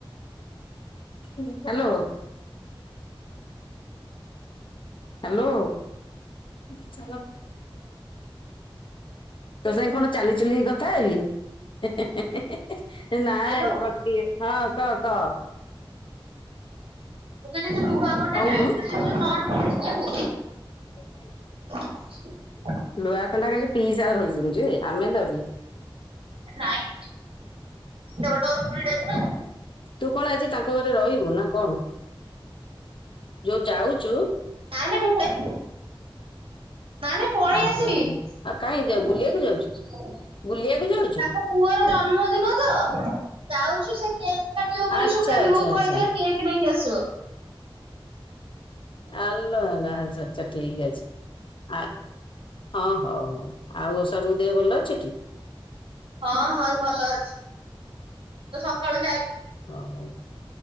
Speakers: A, on the left (about 60°); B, on the right (about 75°).
A: ହ୍ୟାଲୋ ହ୍ୟାଲୋ ତୋ ସାଙ୍ଗ କଣ ଚାଲିଚ କଥା ହେବି <unintelligible> ନାଇଁ
B: ହ୍ୟାଲୋ
A: କରେ
B: ମୁଁ
A: ହଁ କହ କହ।
B: ମୁଁ କହିଲି ଯଉ ଲୁହା କଣ୍ଟା
A: ହଉନୁ
B: <unintelligible>
A: <unintelligible>
B: <inaudible> <inaudible>
A: ଲୁହା କଣ୍ଣ୍ଡା ଖାଲି ପିଇସା ଧଉଚନ୍ତି <unintelligible> ଆମେ ଦଉନ
B: ନାଇଁ ଦେଇଦବ ଡରକୁରି ଟାଇପ୍ ର
A: ତୁ କଣ ଆଜି ତାଙ୍କ ଘରେ ରହିବୁ ନା କଣ ଯୋଉ ଯାଉଚୁ
B: ନାଇଁ ନାଇଁ ମୁଁ ଫେ ନାଇଁ ନାଇଁ ପଳେଇ
A: ଓହୋ
B: ଆସିବି
A: ଆଉ କାହିଁ ଯାଉ
B: ତାଙ୍କ
A: ବୁଲିବାକୁ ଯାଉଛୁ? ବୁଲିବାକୁ ଯାଉଛୁ?
B: ପୁଅର ଜନ୍ମଦିନ ତ। ଯାଉଚୁ ସେ କେ କାଟିବ ବୋଲି
A: ଆଚ୍ଛା
B: ସୁକାନ୍ତି
A: ଆଚ୍ଛା
B: ବୋଉ
A: ଆଚ୍ଛା
B: କହିଥିଲା କେକ୍ ନେଇକି କି ଆସିବ।
A: ଆଲୋ ଆଲୋ ଆଛା। ଆଛା ଆଛା ଠିକ୍ ଅଛି। ଆ ହଁ ହଉ ହଉ ଆଉ ଓଷା ବୋଉ ଦେହ ଭଲ ଅଛିଠି?
B: ହଁ ହଁ ଭଲ ଅଛି ତ ସକାଳୁ ଯାଇ
A: ହୋଉ ହୋଉ